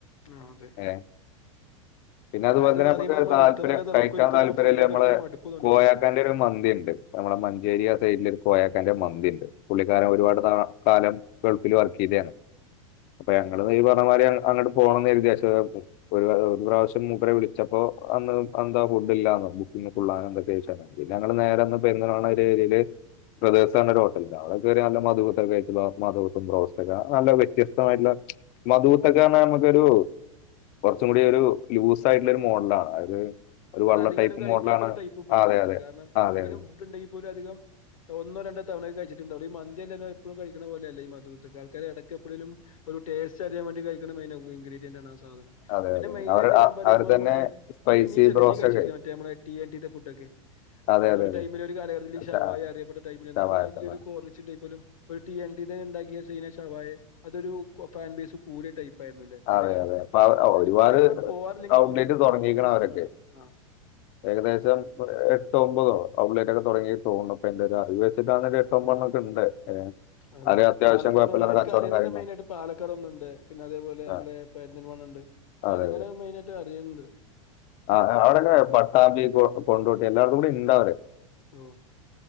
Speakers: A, on the left; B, on the left.
A: ആ അതെ
B: ഏഹ് പിന്നെ അതുപോലെ
A: വയറ്
B: തന്നെ
A: നിറയുമ്പോ
B: മ്മുക്ക്
A: നമ്മൾ
B: താല്പര്യം
A: നിർത്തുന്നല്ലാതെ
B: കഴിക്കാൻ
A: നമുക്ക് ഒരിക്കലും
B: താല്പര്യല്ലെ
A: ആ ഫുഡിനോട്
B: മ്മളെ
A: ഒരിക്കലും മടുപ്പ് തോന്നിട്ടില്ല
B: കോയാക്കാന്റെ ഒരു മന്തി ഇണ്ട് നമ്മളെ മഞ്ചേരിയാസൈഡിൽ കോയാക്കാന്റെ മന്തി ഇണ്ട് പുള്ളിക്കാരൻ ഒരുപാട് നാ കാലം ഗൾഫില് വർക്കെയ്തെയാ അപ്പൊ ഞങ്ങള് ഈ പറഞ്ഞമാതിരി അ അങ്ങട്ട് പോണന്ന് കരുതിയാഷെ പിള്ളെ പ്രാവശ്യം മൂപ്പരെ വിളിച്ചപ്പോ അന്ന് എന്താ ഫുഡില്ല ഫുഡിന് ഫുള്ളാന്നെന്തൊക്കെ <unintelligible> പിന്നെ ഞങ്ങള് നേരെ അന്ന് പെട്ടെ ന്നാണ് ഒരു ഏരിയെല് ബ്രദേഴ്സ്റഞ്ഞ ഒരു ഹോട്ടല്ണ്ട് അവിടെ കേറി നല്ല മധുപത്തൊക്കെ കഴിച്ചപ്പം മധുപത്തും റോസ്റ്റോക്കെ നല്ല വ്യത്യസ്തമായിട്ടുള്ള
A: ആഹ്
B: മധുപത്തൊക്കെന്നറഞ്ഞ നമ്മുക്കൊരു കൊറച്ചും കൂടി ഒരു ലൂസായിട്ടുള്ളൊരു മോഡലാണ് അതായത് ഒരു
A: കാരണം
B: വള്ള
A: അധികാരും
B: ടൈപ്പ്
A: കഴിക്കാത്തൊരു
B: മോഡലാണ്
A: ടൈപ്പ് ഫുഡാണത്
B: ആ, അതെ അതെ
A: കാരണം
B: ആ, അതെ
A: ഇങ്ങനെ
B: അതെ
A: ഫുഡുണ്ടെങ്കിൽ പോലും അധികം ഒന്നോ രണ്ടോ തവണ ഒക്കെ കഴിച്ചിട്ടുണ്ടാവൂ ഈ മന്തിയല്ലല്ലോ എപ്പഴും കഴിക്കണ പോലെയല്ല ഈ മധുപിത്ത് ആൾക്കാര് എടക്കെപ്പഴേലും ഒരു ടേസ്റ്റ് അറിയാൻ വേണ്ടി കഴിക്കുന്ന മെയിൻ ഉ ഇൻഗ്രിഡിയന്റാണ് ആ സാധനം
B: അതെ
A: പിന്നെ
B: അതെ
A: മെയിനായിയിട്ട്
B: അവർ
A: ഞാ പറിമ്പോ
B: അവർ തന്നെ
A: അമ്മളെ
B: സ്പൈസി
A: ഈ നീ ശ്രദ്ധിച്ചോ
B: ബ്രോസ്റ്റൊക്കെ
A: നീ കഴിച്ചിട്ടില്ലേ മറ്റേ നമ്മളെ ടീ എൻ ടീ ത്തെ ഫുഡൊക്കെ
B: അതെ
A: കാരണം
B: അതെ
A: ഒരു
B: അതെ
A: ടൈമിൽ ഒരു കലകട്ടതില് ഈ ഷവായ
B: ശ- ആ,
A: അറിയപ്പെട്ട ടൈമില്
B: ശവായ
A: നമ്മളെ നാട്ടിലൊരു
B: ശവായ
A: കോർവിച്ച് ടൈപ്പോലും ഒരു ടി എൻ ടീ ത്തോല്ണ്ടാക്യ ചൈന ശവായ അതൊരു കൊ ഫാൻ ബേസ് കൂടിയ ടൈപ്പായിരുന്നുല്ലെ
B: അതെ
A: ഒര് കാലത്ത്
B: അതെ അപ്പൊ അവ- ഒരുപാട്
A: ഇപ്പ അധികം അങ്ങോട്ട് പോവാറില്ലെങ്കിൽ
B: ഔട്ട്ലെറ്റ്
A: പോലും
B: തുടങ്ങിയിരിക്കണം
A: എനിക്ക് <unintelligible> ഇഷ്ട്ടാണ്
B: അവരൊക്കെ
A: ആഹ്
B: ഏകദേശം എട്ടോ ഒമ്പതോ ഔട്ട്ലെറ്റ് ഒക്കെ തുടങ്ങിയെന്ന് തോന്നുന്നു ഇപ്പോ എന്റെ ഒരു അറിവ് ിതര് എഏട്ടോ
A: അതെ
B: പണ്ണൊക്കെ
A: അതെ
B: ഉണ്ട്
A: അതെ
B: അത്
A: അതെ
B: അത്യാവശ്യം
A: പാലക്കാൊന്നുംുണ്ട്
B: കുഴപ്പമില്ലാത്ത
A: എനക്ക്
B: കച്ചവടം
A: അറിയുന്നില്ല
B: കാര്യങ്ങളും
A: മെയിന ആയിട്ട് പാലക്കാർ ഒന്നുണ്ട് പിന്നെെ പോലെ
B: ആ,
A: നമ്മ പണ്ട് പിന്നെ
B: അതെ
A: അതിങ്ങനെ
B: അതെ.
A: മെയിൻായിയിട്ട് അറിയണ്ട്
B: ആ അവിടെൊക്കെ പട്ടാമ്പി കൊണ്ടോട്ടി എല്ലാർത്തും കൂടി ഇന്ത അവര്
A: ഉം.